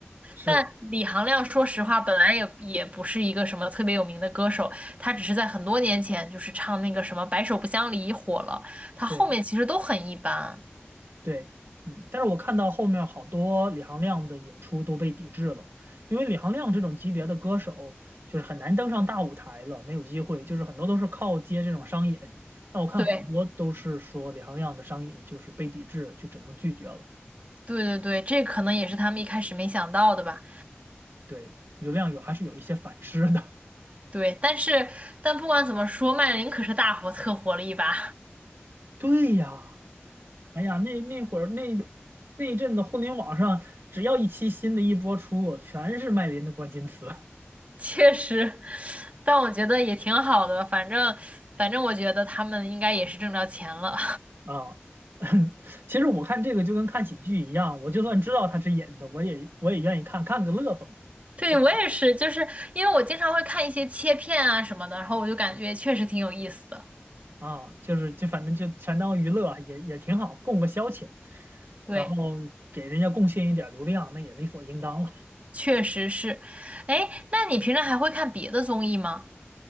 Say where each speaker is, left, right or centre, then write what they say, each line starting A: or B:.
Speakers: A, on the right; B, on the right.
A: 是的，
B: 但李行亮说实话，本来也也不是一个什么特别有名的歌手，他只是在很多年前就是唱那个什么《白首不相离》火了，他后面其实都很一般。
A: 对。对，嗯，但是我看到后面好多李行亮的演出都被抵制了，因为李行亮这种级别的歌手就是很难登上大舞台了，没有机会，就是很多都是靠接这种商演。那我看好多都是说李行亮的商演就是被抵制，
B: 对，
A: 就只能拒绝了。
B: 对对对，这可能也是他们一开始没想到的吧。
A: 对，流量有还是有一些反噬的。
B: 对，但是但不管怎么说，麦琳可是大火特火了一把，
A: <laughs> 对呀，哎呀，那那会儿那那一阵子互联网上只要一期新的一播出，全是麦琳的关键词。
B: <laughs> 确实，但我觉得也挺好的吧，反正反正我觉得他们应该也是挣着钱了。
A: 啊，<laughs> 其实我看这个就跟看喜剧一样，我就算知道他是演的，我也我也愿意看看个乐子嘛。
B: <laughs> 对，
A: 就
B: 我也是，就是因为我经常会看一些切片啊什么的，然后我就感觉确实挺有意思的。
A: 啊，就是就反正就全当娱乐，也也挺好，供个消遣，
B: 对，
A: 然后给人家贡献一点儿流量，那也理所应当了。
B: 确实是。哎，那你平常还会看别的综艺吗？